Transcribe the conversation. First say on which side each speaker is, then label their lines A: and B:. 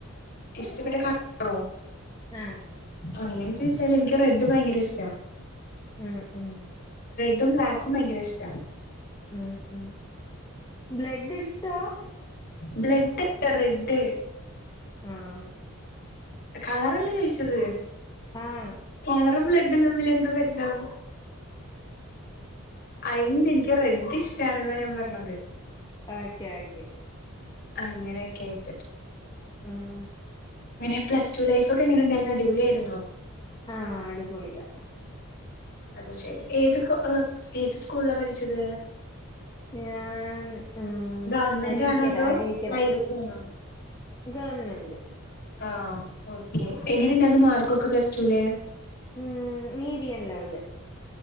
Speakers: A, on the left; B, on the left.
A: ഇഷ്ടപ്പെട്ട കലാരോ
B: ആഹ
A: അങ്ങനെചോയിച്ചാല് എനിക്ക് റെഡ് ഭയങ്കരഇഷ്ട്ടാ
B: ഉം ഉം
A: ട്ടുംബ്ലാക്കും ഭയങ്കരഇഷ്ട
B: ഉം ഉം ബ്ലഡ്ഇഷ്ട്ടാ?
A: ബ്ലഡ്ല്ല റെഡ്
B: ആഹ
A: കളറല്ലേചോയിച്ചത്
B: ആഹ്
A: കളറ്ബ്ലാ ടും തമ്മിൽ എന്താ ബന്ധം ഐ മീൻ ഇൻക്കാ റെഡ്ഡി ഇഷ്ടാണ്ന്ന ഞാപറ ഞ്ഞത്
B: ഓക്കെ ഓക്കെ
A: അങ്ങനെയൊക്കെആയിട്ട്
B: ഉം
A: ങ്ങനെ പ്ലസ്റ്റുലൈഫോക്കെ എങ്ങനെണ്ടായിനു അടിപൊളിയയിരുന്നോ?
B: ആഹ് അടിപൊളിയാ
A: അത്ശരി ഏത് ഏത് സ്കൂള്ളാപഠിച്ചത്?
B: ഞാൻ ഉം
A: ഗവൺമെന്റ്
B: അരിവിക്കരഅരിവിക്കരാ
A: ആണോ അതോ പ്രൈവറ്റ് ആണോ
B: ഗവൺമെന്റ്
A: ആ ഓകെ എങ്ങനെണ്ടയ്രുന്നു മാർക്കൊക്കെപ്ലസ്റ്റുല്?
B: ഉം മീഡിയംലെവല്